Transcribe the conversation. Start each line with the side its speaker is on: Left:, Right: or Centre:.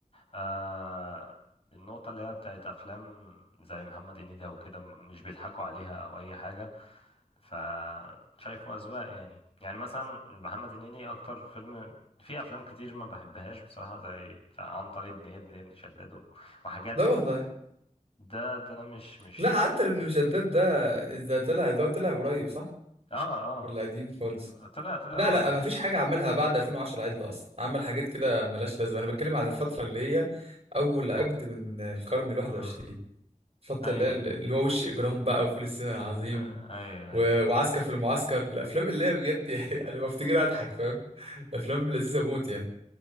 Left: آه النقطة اللي هي بتاعت أفلام زي محمد هنيدي أو كده م- مش بيضحكوا عليها أو أي حاجة فشايفه أذواق يعني يعني مثلا محمد هنيدي أكتر فيلم في أفلام كتير ما بحبهاش بصراحة زي بتاع عنتر ابن ابن ابن شداد وحاجات
Right: لا والله
Left: ده ده انا مش مش
Right: لا حتى ابن مشداد ده ده طلع اللي هو طلع قريب صح
Left: اه اه
Right: ولا قديم خالص
Left: طلع طلع
Right: لا
Left: قريب
Right: لا ما فيش حاجة عملها بعد 2010 عدل أصلا عمل حاجات كده ملهاش لازمة أنا بتكلم على الفترة اللي هي أول عقد من القرن الواحد
Left: امم
Right: وعشرين الفترة
Left: ايوه
Right: اللي هي اللي هو وش إجرام بقى وفول الصين العظيم
Left: آه، ايوه
Right: و...
Left: ايوه
Right: وعسكر في المعسكر الأفلام اللي هي بجد <laughs> يعني أنا بفتكرها أضحك فاهم أفلام لذيذة موت يعني